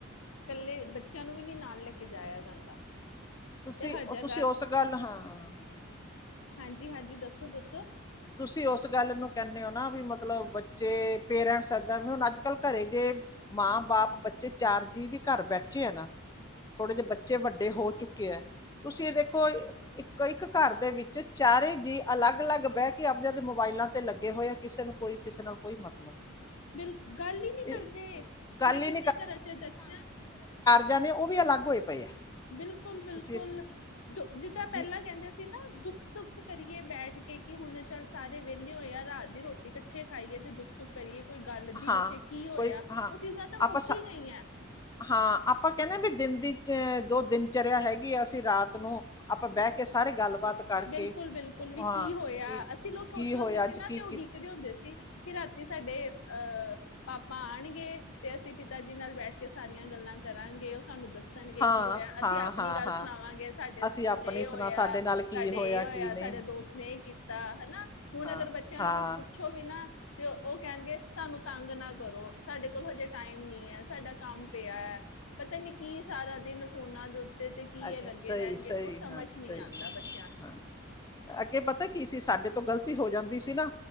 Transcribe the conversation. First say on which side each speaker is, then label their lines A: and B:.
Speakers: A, on the left; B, on the left.
A: ਕੱਲੇ ਬੱਚਿਆਂ ਨੂੰ ਵੀ ਨੀ ਨਾਲ ਲੈ ਕੇ ਜਾਇਆ ਜਾਂਦਾ।
B: ਤੁਸੀਂ
A: ਤੇ ਹਰ
B: ਉਹ
A: ਜਗ੍ਹਾ
B: ਤੁਸੀਂ ਉਸ ਗੱਲ ਹਾਂ
A: ਹਾਂਜੀ ਹਾਂਜੀ ਦੱਸੋ ਦੱਸੋ।
B: ਤੁਸੀਂ ਉਸ ਗੱਲ ਨੂੰ ਕਹਿੰਦੇ ਹੋ ਨਾ ਵੀ ਮਤਲਬ ਬੱਚੇ ਪੇਰੈਂਟਸ ਏਦਾਂ ਵੀ ਹੁਣ ਅੱਜ ਕੱਲ ਘਰੇ ਜੇ ਮਾਂ ਬਾਪ ਬੱਚੇ ਚਾਰ ਜੀ ਵੀ ਘਰ ਬੈਠੇ ਆ ਨਾ ਥੋੜੇ ਜਿਹੇ ਬੱਚੇ ਵੱਡੇ ਹੋ ਚੁੱਕੇ ਆ ਤੁਸੀਂ ਇਹ ਦੇਖੋ ਇੱਕ ਇੱਕ ਘਰ ਦੇ ਵਿੱਚ ਚਾਰੇ ਜੀ ਅਲੱਗ ਅਲੱਗ ਬਹਿ ਕੇ ਆਪਦੇ ਆਪਦੇ ਮੋਬਾਇਲਾਂ ਤੇ ਲੱਗੇ ਹੋਏ ਆ ਕਿਸੇ ਨੂੰ ਕੋਈ ਕਿਸੇ ਨਾਲ ਕੋਈ ਮਤਲਬ ਨਹੀਂ।
A: ਬਿਲ ਗੱਲ ਹੀ ਨਹੀਂ ਕਰਦੇ
B: ਇਹ ਗੱਲ
A: ਮੈਂ ਕਿੰਨੀਆਂ
B: ਹੀ
A: ਘਰਾਂ ਚ ਦਸਿਆਂ
B: ਜਾਂ ਤੇ ਉਹ ਵੀ ਅਲੱਗ ਹੋਏ ਪਏ ਆ।
A: ਬਿਲਕੁਲ ਬਿਲਕੁਲ
B: ਤੁਸੀਂ
A: ਦ ਜਿੱਦਾਂ ਪਹਿਲਾਂ
B: ਵੀ
A: ਕਹਿੰਦੇ ਸੀ ਨਾ ਦੁੱਖ ਸੁੱਖ ਕਰੀਏ ਬੈਠ ਕੇ ਕਿ ਹੁਣ ਚੱਲ ਸਾਰੇ ਵਿਹਲੇ ਹੋਏ ਆ ਰਾਤ ਦੀ ਰੋਟੀ ਇਕੱਠੇ ਖਾਈਏ ਤੇ ਦੁੱਖ ਸੁੱਖ ਕਰੀਏ। ਕੋਈ ਗੱਲ ਦਿਨ
B: ਹਾਂ
A: ਚ ਕੀ ਹੋਇਆ
B: ਕੋਈ ਹਾਂ
A: ਉਹ ਚੀਜ਼ਾਂ ਤਾਂ
B: ਆਪਾਂ
A: ਮੁੱਕੀ ਹੀ ਗਈਆ।
B: ਹਾਂ ਆਪਾਂ ਕਹਿੰਦੇ ਵੀ ਦਿਨ ਦੀ ਚ ਜੋ ਦਿਨ ਚਲਿਆ ਹੈਗੀ ਆ ਅਸੀਂ ਰਾਤ ਨੂੰ ਆਪਾਂ ਬਹਿ ਕੇ ਸਾਰੇ ਗੱਲਬਾਤ ਕਰਕੇ
A: ਬਿਲਕੁਲ ਬਿਲਕੁਲ ਵੀ
B: ਹਾਂ
A: ਕੀ ਹੋਇਆ
B: ਵੀ
A: ਅਸੀਂ ਲੋਕ ਛੋਟੇ
B: ਕੀ ਹੋਇਆ
A: ਹੁੰਦੇ
B: ਅੱਜ
A: ਸੀ ਨਾ
B: ਕੀ
A: ਤੇ
B: ਕੀਤਾ।
A: ਉਡੀਕਦੇ ਹੁੰਦੇ ਸੀ ਕਿ ਰਾਤੀ ਸਾਡੇ ਅਹ ਪਾਪਾ ਆਣਗੇ ਤੇ ਅਸੀਂ ਪਿਤਾ ਜੀ ਨਾਲ ਬੈਠ ਕੇ ਸਾਰੀਆਂ ਗੱਲਾਂ ਕਰਾਂਗੇ। ਤੁਹਾਨੂੰ ਦੱਸਣਗੇ
B: ਹਾਂ
A: ਕੀ ਹੋਇਆ ਅਸੀਂ
B: ਹਾਂ
A: ਆਪਣੀ
B: ਹਾਂ
A: ਗੱਲ
B: ਹਾਂ
A: ਸੁਣਾਵਾਂਗੇ ਸਾਡੇ
B: ਅਸੀਂ
A: ਸਕੂਲ
B: ਆਪਣੀ
A: ਇਹ ਹੋਇਆ
B: ਸੁਣਾ ਸਾਡੇ ਨਾਲ ਕੀ
A: ਸਾਡੇ ਇਹ ਹੋਇਆ
B: ਕੀ ਨਹੀਂ
A: ਸਾਡੇ ਦੋਸਤ ਨੇ ਇਹ ਕੀਤਾ ਹੈਨਾ। ਹੁਣ
B: ਹਾਂ
A: ਅਗਰ ਬੱਚਿਆਂ
B: ਹਾਂ
A: ਨੂੰ ਕੁੱਛ ਪੁੱਛੋ ਵੀ ਨਾ ਤੇ ਉਹ ਕਹਿਣਗੇ ਸਾਨੂੰ ਤੰਗ ਨਾ ਕਰੋ ਸਾਡੇ ਕੋਲ ਹਜੇ ਟਾਈਮ ਨਹੀਂ ਹੈ ਸਾਡਾ ਕੰਮ ਪਿਆ ਹੈ ਪਤਾ ਨੀ ਕੀ ਸਾਰਾ ਦਿਨ ਫੋਨਾਂ ਦੇ ਉਤੇ ਤੇ ਕੀ
B: ਅੱਗੇ
A: ਇਹ ਲੱਗੇ
B: ਸਹੀ
A: ਰਹਿਣਗੇ
B: ਸਹੀ
A: ਕੁਛ ਸਮਝ
B: ਹਾਂ ਸਹੀ
A: ਨਹੀਂ ਆਉਂਦਾ ਬਚੇ
B: ਹਾਂ ਅੱਗੇ ਪਤਾ ਕੀ ਸੀ ਸਾਡੇ ਤੋਂ ਗ਼ਲਤੀ ਹੋ ਜਾਂਦੀ ਸੀ ਨਾ।